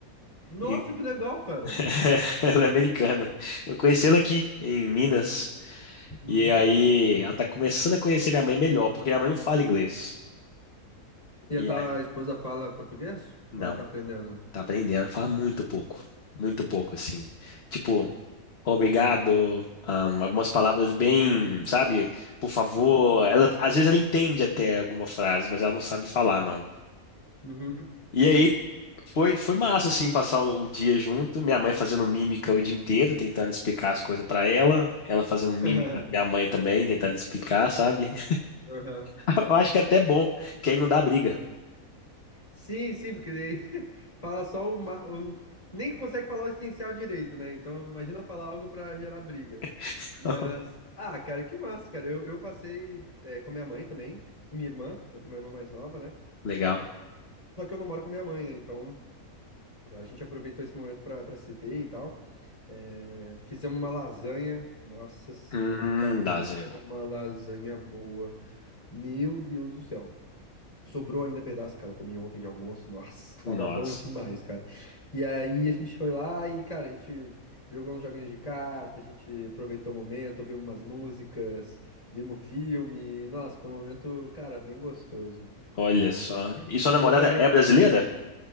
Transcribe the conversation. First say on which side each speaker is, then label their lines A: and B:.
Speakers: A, on the left; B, on the left.
A: Nossa,
B: E-
A: que legal, cara.
B: <laughs> Ela é americana. Eu conheci ela aqui, em Minas.
A: Uhum.
B: E aí ela tá começando a conhecer minha mãe melhor, porque minha mãe não fala inglês.
A: E
B: E
A: a tua
B: aí,
A: esposa fala português?
B: não,
A: Ou ela tá aprendendo?
B: tá aprendendo, fala muito pouco. Muito pouco, assim. Tipo, obrigado, ahn, algumas palavras bem, sabe? Por favor.
A: Uhum.
B: Ela, às vezes ela entende até alguma frase, mas ela não sabe falar, não.
A: Uhum.
B: E aí foi, foi massa, assim, passar o dia junto. Minha mãe fazendo mímica o dia inteiro, tentando explicar as coisas pra ela. Ela fazendo mímica,
A: <laughs>
B: pra minha mãe também, tentando explicar, sabe?
A: Uhum.
B: <laughs> Eu acho que é até bom, que aí não dá briga.
A: Sim, sim, porque daí <laughs> fala só o, ma- o- Nem consegue falar o essencial direito, né? Então imagina falar algo pra gerar briga.
B: <laughs>
A: Mas. Ah, cara, que massa, cara. Eu, eu passei é, com a minha mãe também, e minha irmã. Eu tenho uma irmã mais nova, né?
B: Legal.
A: Só que eu não moro com minha mãe, né? Então a gente aproveitou esse momento pra, pra se ver e tal. É, fizemos uma lasanha. Nossa senhora,
B: Hum,
A: cara, pensa
B: nossa, é bom.
A: numa lasanha boa. Meu Deus do céu. Sobrou ainda pedaço, cara. Eu comi ontem de almoço. Nossa, <laughs> tava
B: Nossa,
A: bom demais, cara. E aí a gente foi lá e, cara, a gente jogou uns joguinhos de carta, a gente aproveitou o momento, ouvimos umas músicas, vimos filme. Nossa, foi um momento, cara, bem gostoso.
B: olha só. E sua namorada
A: Eu valo-
B: é brasileira?